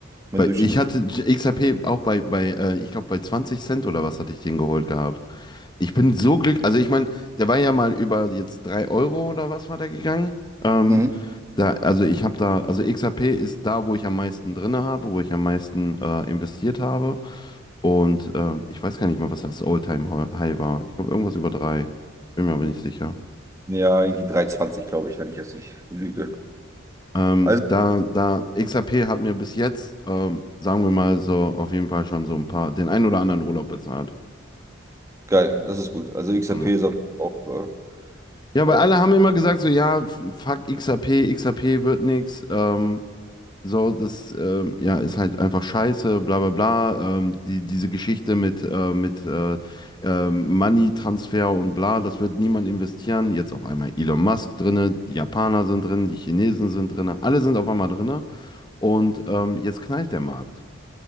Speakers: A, on the right (about 15°); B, on the left (about 20°).
A: Mein
B: Bei,
A: Durchschnittspreis.
B: ich hatte XRP auch bei, bei äh, ich glaube, bei 20 Cent oder was hatte ich den geholt gehabt. Ich bin so glücklich. Also, ich meine, der war ja mal über jetzt 3 Euro oder was war der gegangen. Ähm,
A: Mhm.
B: da, also, ich habe da, also XRP ist da, wo ich am meisten drin habe, wo ich am meisten äh, investiert habe. Und ähm, ich weiß gar nicht mehr, was das All-Time-High war. Ich glaube, irgendwas über drei Bin mir aber nicht sicher.
A: Ja, irgendwie 3,20, glaube ich, wenn ich jetzt nicht lüge.
B: Ähm,
A: Also
B: da, da XRP hat mir bis jetzt, ähm, sagen wir mal so, auf jeden Fall schon so ein paar, den einen oder anderen Urlaub bezahlt.
A: geil, das ist gut. Also XRP
B: Ja,
A: ist auch, auch äh,
B: Ja, weil
A: äh,
B: alle haben immer gesagt, so, ja, f- fuck XAP, XAP wird nix, ähm, so, das, ähm, ja, ist halt einfach scheiße, bla, bla, bla, ähm, die, diese Geschichte mit, äh, mit, äh, ähm, Money-Transfer und bla, das wird niemand investieren, jetzt auf einmal Elon Musk drinne, die Japaner sind drin, die Chinesen sind drinne, alle sind auf einmal drinne und, ähm, jetzt knallt der Markt.